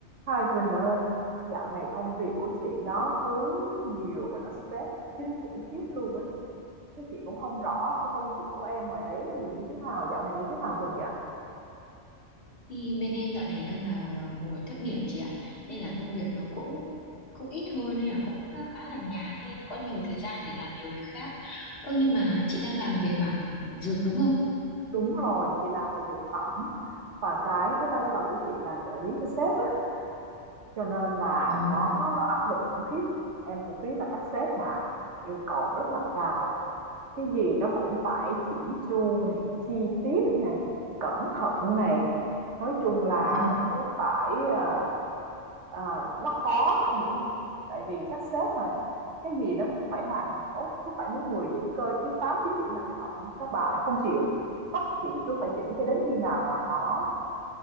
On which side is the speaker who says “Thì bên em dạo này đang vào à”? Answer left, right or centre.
Left